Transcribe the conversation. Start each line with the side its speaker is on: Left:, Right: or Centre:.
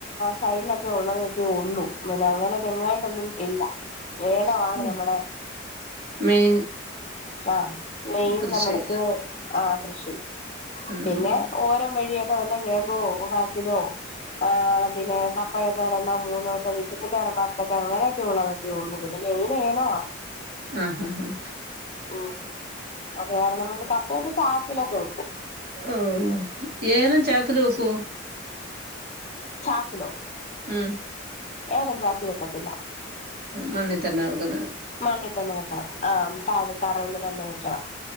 Left: സൈഡിലൊക്കെ ഉള്ളതൊക്കെ ഉള്ളൂ. പിന്നെ അങ്ങനെ തെങ്ങായിട്ടൊന്നും ഇല്ല. ഏലവാണ്
Right: ആഹ്
Left: നമ്മുടെ
Right: മെയിൻ
Left: ആഹ് മെയിൻ
Right: കൃഷി
Left: ഞമ്മട്ക്ക് ആ കൃഷി.
Right: ആഹ്
Left: പിന്നെ ഓരം വഴിയൊക്കെ ക്ക വല്ല കേമ്പോ കാച്ചിലോ ആഹ് പിന്നെ <unintelligible> മൂന്നോ സം മിറ്റത്തിന്റെ റമ്പറത്തൊക്കെ അങ്ങനെയൊക്കെയ ഉള്ളത്. <unintelligible> ഇ ങ്ങെനേനോ.
Right: ആഹ് ആ ആഹ്
Left: ഉം അത് കാരണം <unintelligible> കപ്പ ഒക്കെ ചാക്കില തൂക്കും
Right: ഏഹ്. ഏലം ചാക്കില് വെക്കോ?
Left: ചാക്കിലോ.
Right: ഉം
Left: ഏലം ചാക്കി വെക്കത്തില്ല.
Right: മണ്ണി തന്നെ വെക്കുന്നത്.
Left: മണ്ണി തന്നെ വെക്കണം. ആ താഴ് തറയിൽ തന്നെ വെക്കണം.